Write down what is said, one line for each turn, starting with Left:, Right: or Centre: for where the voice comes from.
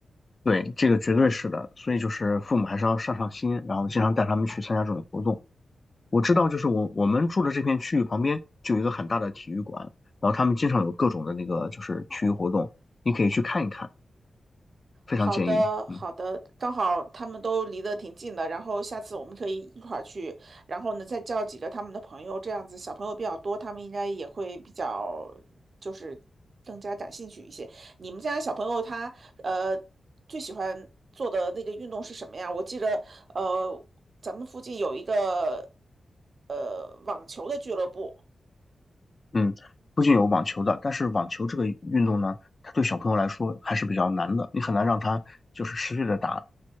Left: 对，这个绝对是的，所以就是父母还是要上上心，然后经常带他们去参加这种活动。我知道，就是我我们住的这片区域旁边就有一个很大的体育馆，然后他们经常有各种的那个就是体育活动，你可以去看一看，非常建议。
Right: 好的，好的，
Left: 嗯。
Right: 刚好他们都离得挺近的，然后下次我们可以一块儿去，然后呢再叫几个他们的朋友，这样子小朋友比较多，他们应该也会比较就是更加感兴趣一些。你们家小朋友他呃最喜欢做的那个运动是什么呀？我记得呃咱们附近有一个呃网球的俱乐部，
Left: 嗯，不仅有网球的，但是网球这个运动呢，它对小朋友来说还是比较难的，你很难让他就是持续的打